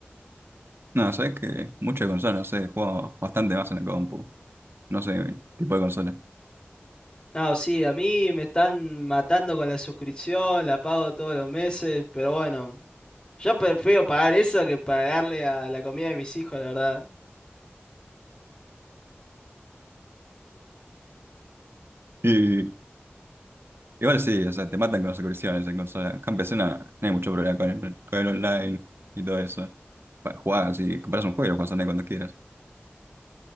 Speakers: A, on the right; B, on the left.
A: No, sabes que muchas consolas, no sé, juego bastante más en la compu. No sé qué tipo de consola.
B: No, sí, a mí me están matando con la suscripción, la pago todos los meses, pero bueno, yo prefiero pagar eso que pagarle a la comida de mis hijos, la verdad.
A: Y igual sí, o sea, te matan con las suscripciones en consola. Acá en PC no, no hay mucho problema con el, con el online y todo eso. Para jugar, si compras un juego y lo juegas online cuando quieras.